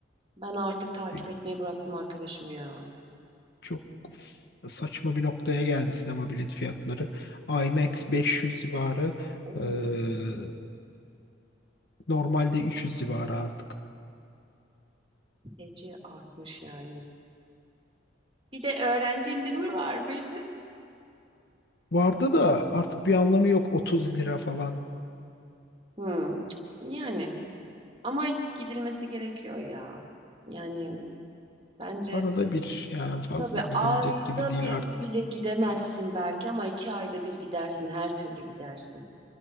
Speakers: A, on the right; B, on the left.
A: Ben artık takip
B: Bir-
A: etmeyi bıraktım arkadaşım ya.
B: çok f- saçma bir noktaya geldi sinema bilet fiyatları. IMAX 500 civarı
A: Oo,
B: eee, normalde 300 civarı artık.
A: feci artmış yani. Bir de öğrenci indirimi var mıydı?
B: Vardı da artık bir anlamı yok 30 lira falan.
A: Hmm, yani ama gidilmesi gerekiyor ya. Yani bence
B: Arada bir yani fazla
A: Tabii
B: gidilecek
A: ayda
B: gibi değil
A: bir
B: artık.
A: bile gidemezsin belki ama iki ayda bir gidersin, her türlü gidersin.